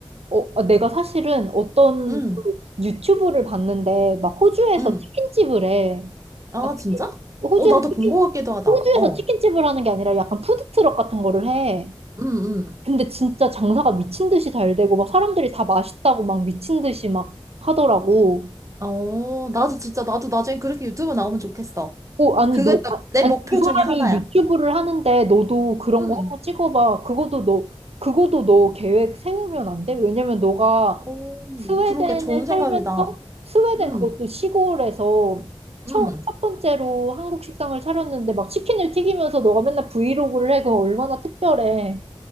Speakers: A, on the right; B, on the right.
A: 어, 아, 내가 사실은 어떤
B: 음,
A: 그 유튜브를 봤는데, 막 호주에서
B: 음.
A: 치킨집을 해.
B: 아,
A: 아, 치킨-
B: 진짜?
A: 호주에서
B: 어, 나도
A: 치킨,
B: 본 것 같기도 하다.
A: 호주에서
B: 어.
A: 치킨집을 하는 게 아니라 약간 푸드트럭 같은 거를 해.
B: 음, 음.
A: 근데 진짜 장사가 미친 듯이 잘 되고 막 사람들이 다 맛있다고 막 미친 듯이 막 하더라고.
B: 어, 나도 진짜, 나도 나중에 그렇게 유튜브 나오면 좋겠어.
A: 어, 아니
B: 그게
A: 어, 너
B: 진짜
A: 아-
B: 내
A: 아니
B: 목표
A: 그 사람이
B: 중에 하나야.
A: 유튜브를 하는데 너도 그런
B: 음.
A: 거 한번 찍어봐. 그것도 너 그것도 너 계획 세우면 안 돼? 왜냐면 너가
B: 오,
A: 스웨덴에
B: 그러게 좋은 생각이다.
A: 살면서 스웨덴
B: 음,
A: 그것도 시골에서 첫,
B: 음.
A: 첫 번째로 한국 식당을 차렸는데 막 치킨을 튀기면서 너가 맨날 브이로그를 해. 그거 얼마나 특별해.